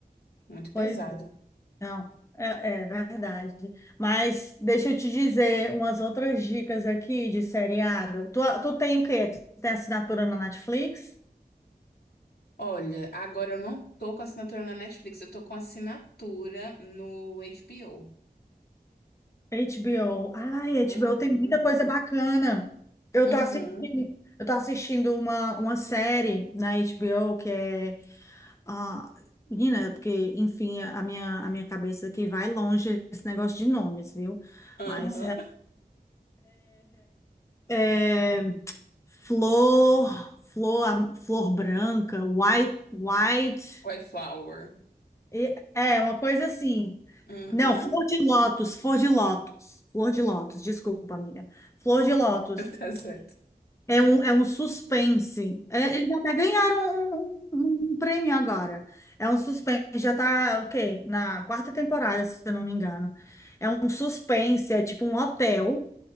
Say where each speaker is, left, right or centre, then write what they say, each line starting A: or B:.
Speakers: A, on the left; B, on the left.
A: Muito
B: Pois
A: pesado.
B: é. não. É, é verdade. Mas deixa eu te dizer umas outras dicas aqui de seriado. Tu, tu tem o quê? Tu tem assinatura na Netflix?
A: Olha, agora eu não tô com assinatura na Netflix, eu tô com assinatura no HBO.
B: HBO. Ai, HBO
A: Uhum,
B: tem muita coisa bacana. Eu
A: uhum,
B: tô assistindo, eu tô assistindo uma, uma série na HBO que é. ah, menina, porque, enfim, a minha, a minha cabeça aqui vai longe esse negócio de nomes, viu?
A: aham.
B: Mas é, Flor, Flor, Flor Branca, White, White.
A: Wildflower.
B: e- É, uma coisa assim.
A: Uhum,
B: Não, Flor de Lótus, Flor de Lótus. Flor de Lótus, desculpa, amiga. Flor de Lótus.
A: <laughs> tá certo.
B: É um, é um suspense. É, eles até ganharam um, um- um prêmio agora. É um suspense. Já tá, o quê? Na quarta temporada, se eu não me engano. É um suspense, é tipo um hotel,